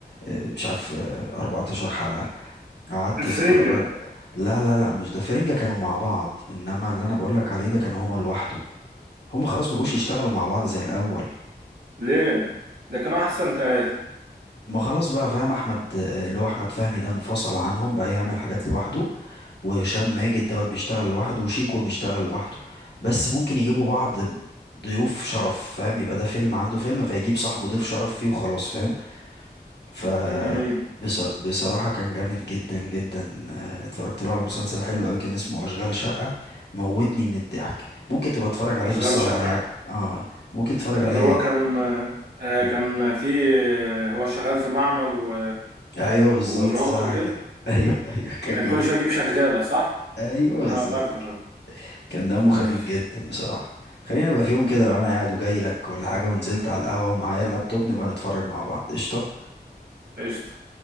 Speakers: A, on the left; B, on the right.
A: آه مش عارف آه 14 حلقة قعدت
B: الفرنجة
A: اتفرج لا لا لا مش ده فرنجة كانوا مع بعض انما اللي انا بقولك عليه ده كان هو لوحده هما خلاص مبقوش يشتغلوا مع بعض زي الاول
B: ليه ده كانوا أحسن ثلاثة
A: ما خلاص بقى فاهم احمد اللي هو احمد فهمي ده انفصل عنهم بقى يعمل حاجات لوحده وهشام ماجد دوت بيشتغل لوحده وشيكو بيشتغل لوحده بس ممكن يجيبوا بعض ضيوف شرف فاهم يبقى ده فيلم عنده فيلم فيجيب صاحبه ضيف شرف فيه وخلاص فاهم ف
B: أمم.
A: بصر... بصراحة كان جامد جدا جدا آه، اتفرجت له على مسلسل حلو قوي كان اسمه أشغال شقة موتني من الضحك ممكن تبقى تتفرج عليه
B: أشغال
A: في السهرة
B: شقة
A: هيعجبك اه ممكن تتفرج
B: اللي
A: عليه
B: هو كان آه،
A: مم.
B: كان في آه، هو شغال في معمل و...
A: ايوه بالظبط
B: ومراته
A: صح
B: كده
A: كده <laughs> ايوه ايوه كان
B: كان
A: جامد
B: كل شويه يجيب شغاله صح؟
A: ايوه
B: <laughs>
A: بالظبط
B: اه فاكره
A: كده.
B: فاكره
A: كان دمه
B: ماشي
A: خفيف جدا بصراحه خلينا بقى في يوم كده لو انا قاعد وجاي لك ولا حاجه ونزلت على القهوه ومعايا اللابتوب نبقى نتفرج مع بعض قشطه
B: قشطه